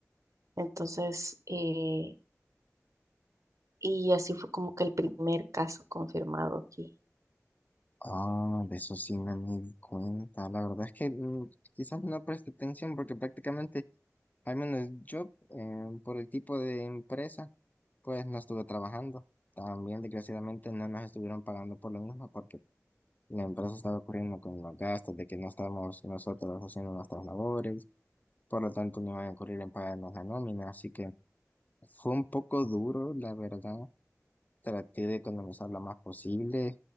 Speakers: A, on the right; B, on the left.
A: Entonces, eh, y así fue como que el primer caso confirmado aquí.
B: Ah, de eso sí no me di cuenta. La verdad es que mm, quizás no preste atención porque prácticamente, al menos yo, eh, por el tipo de empresa, pues no estuve trabajando. También, desgraciadamente, no nos estuvieron pagando por lo mismo porque la empresa estaba ocurriendo con los gastos de que no estábamos nosotros haciendo nuestras labores. Por lo tanto, no iban a ocurrir en pagarnos la nómina. Así que fue un poco duro, la verdad. Traté de economizar lo más posible